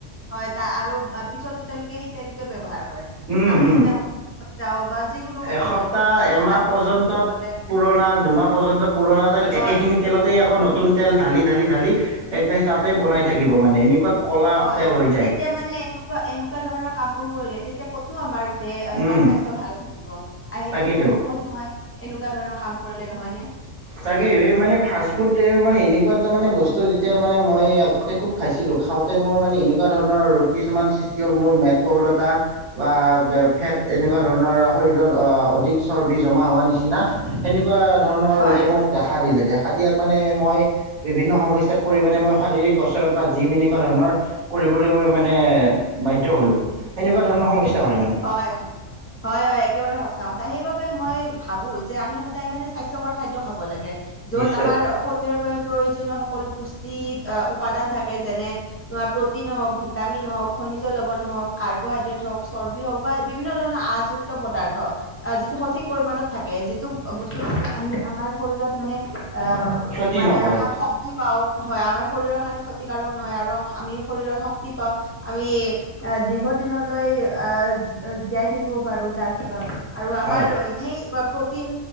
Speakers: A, on the left; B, on the right.
A: হয় তাৰ আৰু পিছতো তেওঁলোকে সেই তেলটোৱে ব্যৱহাৰ কৰে,
B: উম,
A: আমি
B: উম।
A: যেতিয়া- যাওঁ বা যিকোনো
B: এসপ্তাহ
A: উ
B: এমাহ
A: বাহিৰত
B: পৰ্যন্ত,
A: খাব গলে
B: পুৰণা দুমাহ পৰ্যন্ত পুৰণা তেল-
A: হয়
B: একেখিনি তেলতেই আকৌ নতুন তেল ঢালি-ঢালি-ঢালি, একদম তাতেই বনাই থাকিব মানে এনেকুৱা। ক'লা
A: হয়,
B: তেল হৈ যায়
A: তেতিয়া মানে এনেকুৱা এনেকুৱা ধৰণৰ কাম বোৰ কৰিলে তেতিয়া কতনো আমাৰ- দেহ
B: উম,
A: বা স্বাস্থ্য ভালে থাকিব, আৰু সেইটো
B: তাকেইতো
A: সম্ভৱ নহয়। এনেকুৱা ধৰণৰ কাম কৰিলে নহয় নে?
B: তাকে এই মানে ফাষ্ট ফুড মানে এনেকুৱা এটা মানে বস্তু যেতিয়া মানে মই আগতে খুব খাইছিলোঁ খাওঁতে মোৰ মানে এনেকুৱা ধৰণৰ ৰোগ কিছুমান সৃষ্টি হ'ল, মোৰ মেদবহুলতাৰ। বা ফেট এনেকুৱা ধৰণৰ শৰীৰত অধিক চৰ্বি জমা হোৱাৰ নিচিনা। সেনেকুৱা ধৰণৰ
A: হয়
B: ৰোগে মোক দেখা দিলে দেখা দিয়াত মানে মই- বিভিন্ন সমস্যাত পৰিমাণে মই শাৰীৰিক কচৰত বা জিম এনেকুৱা ধৰণৰ- কৰিবলৈ মানে বাধ্য হ'লো, সেনেকুৱা ধৰণৰ সমস্যা হয় মানে।
A: হয় অঁহ',। হয়-হয় একেবাৰে সঁচা কথা সেইবাবে মই ভাবো যে আমি সদায় মানে স্বাস্থ্যকৰ খাদ্য খাব লাগে। য'ত
B: নিশ্চয়
A: আমাৰ শৰীৰৰ বাবে প্ৰয়োজনীয় সকলো পুষ্টি উপাদান থাকে যেনে- তোমাৰ প্ৰটিন হওক, ভিটামিন হওক, খনিজ লৱণ হওক, কাৰ্বহাইড্ৰেট হওক চৰ্বি হওক বা বিভিন্ন ধৰণৰ আযুক্ত পদাৰ্থ। আহ যিটো সঠিক পৰিমানণত থাকে, যিটো বস্তু খালে আমি আমাৰ শৰীৰত মানে আহ
B: ক্ষতি
A: মানে
B: নকৰে
A: শক্তি পাও হয়, আমাৰ শৰীৰ কাৰণে ক্ষতিকাৰক নহয়, আৰু আমি শৰীৰত শক্তি পাওঁ। আমি দীৰ্ঘদিনলৈ আহ জীয়াই থাকিব পাৰো, যাৰ ফলত আৰু আমাৰ
B: হয়
A: সেই প্ৰটিন